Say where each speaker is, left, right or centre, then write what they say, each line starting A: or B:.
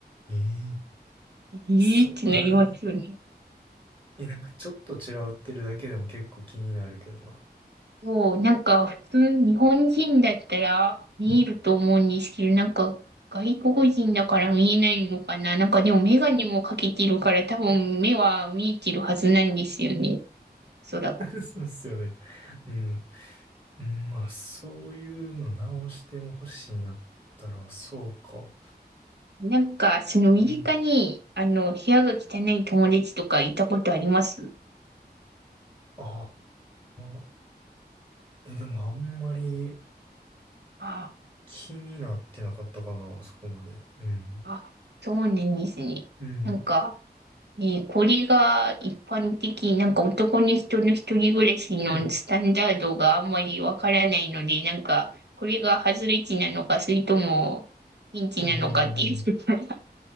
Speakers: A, on the right; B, on the right.
A: ええ
B: えーってなりますよね。
A: そう。<laughs> え、なんかちょっと散らばってるだけでも結構気になるけどな。
B: そう、なんか、普通、日本人だったら見えると思うんですけど、
A: <laughs>
B: なんか、外国人だから見えないのかな。なんか、でもメガネもかけてるから、多分目は見えてるはずなんですよね、おそらく。
A: そうっすよね。うん。うんまあ、そういうの直しても欲しいんやったら、そうか。
B: なんか、その身近に、
A: うん。
B: あの、部屋が汚い友達とかいたことあります
A: ああ。え、でもあんまり
B: あ
A: 気になってなかったかな、そこまで。うん。
B: あ、そうなんですね。
A: うん。
B: なんか、ね、これが一般的、なんか男の人の一人暮らしのスタンダードがあんまりわからないので、
A: うん。
B: なんか、これが外れ値なのか、それとも、ピンチなのかっていう、
A: うん。
B: <laughs>